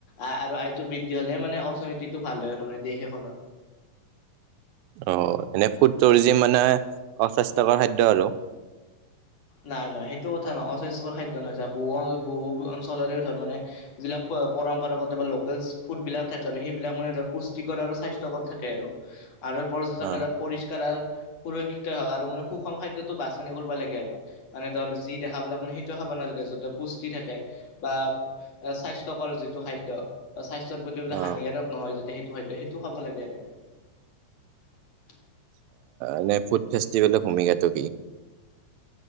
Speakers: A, on the left; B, on the right.
A: আৰু আয়টো বৃদ্ধি হলে মানে অৰ্থনীতিটো ভাল হয় আৰু মানে দেশ এখনৰ।
B: অ এনেই ফুড টুৰিজিম মানে অস্বাস্থ্যকৰ খাদ্য আৰু।
A: নাই নহয় সেইটো কথা নহয়। অস্বাস্থ্যকৰ খাদ্য নহয় বহু বহু অঞ্চলৰে ধ মানে জিলা। পৰম্পৰাগত বা লেটেষ্ট ফুডবলাক থাকে আৰু সেইবিলাক মানে পুষ্টিকৰ আৰু স্বাস্থ্যকৰ থাকে আৰু। আৰু পৰ্যটকে
B: অ',
A: পৰিষ্কাৰ আৰু সুৰক্ষিত হওক আৰু মানে সুষম খাদ্যটো বাছনি কৰিব লাগে আৰু। মানে ধৰ যি দেখাবিলাক মানে সেইটো খাব নালাগে, য পুষ্টি থাকে বা স্বাস্থ্য সংস্থাৰ। যিটো খাদ্য। স্বাস্থ্যৰ প্ৰতি
B: অ',
A: হানিকাৰক নহয় যাতে সেইটো খাদ্য সেইটো খাব লাগে আৰু মানে।
B: এনে ফুড ফেষ্টিভেলৰ ভূমিকাটো কি?